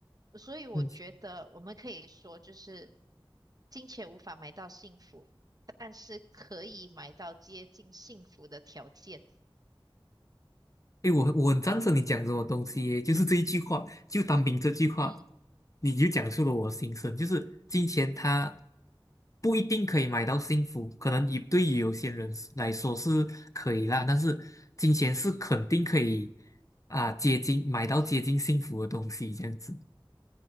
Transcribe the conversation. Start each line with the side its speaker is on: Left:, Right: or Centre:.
Right: 所以，我觉得我们可以说，
Left: 嗯
Right: 就是金钱无法买到幸福，但是可以买到接近幸福的条件。
Left: 哎，我很我很赞成你讲什么东西耶，就是这一句话，就单凭这句话，
Right: 嗯。
Left: 你就讲述了我的心声，就是金钱它不一定可以买到幸福，可能也对于有些人是来说是可以啦，但是金钱是肯定可以啊，接近买到接近幸福的东西，这样子，